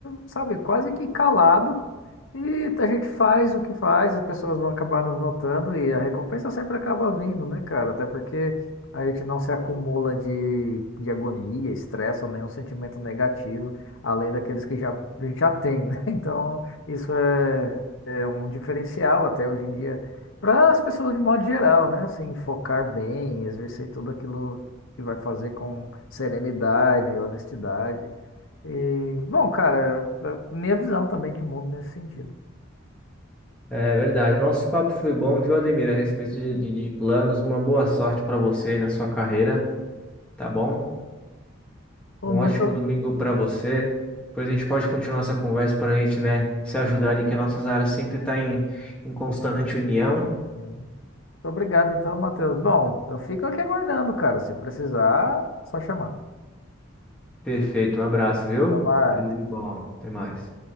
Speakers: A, on the left; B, in the centre.
A: sabe, quase que calado, E a gente faz o que faz, as pessoas vão acabar nos notando e a recompensa sempre acaba vindo, né, cara? Até porque a gente não se acumula de, de agonia, estresse ou nenhum sentimento negativo, além daqueles que já, a gente já tem, né? <laughs> Então, isso é, é um diferencial até hoje em dia para as pessoas de modo geral, né? Assim, focar bem, exercer tudo aquilo que vai fazer com serenidade, honestidade. E, bom, cara, é é minha visão também de mundo nesse sentido.
B: É verdade. Nosso papo foi bom, viu, Ademir? A respeito de, de- de planos, uma boa sorte para você aí na sua carreira, tá bom?
A: Pô,
B: Um
A: muito,
B: ótimo domingo para você. Depois a gente pode continuar essa conversa para a gente, né, se ajudar ali, que as nossas áreas sempre tá em, em constante união.
A: sim. Muito obrigado, então, Matheus. Bom, eu fico aqui aguardando, cara. Se precisar, só chamar.
B: Perfeito. Um abraço, viu?
A: Chamar.
B: Tudo de bom. Até mais.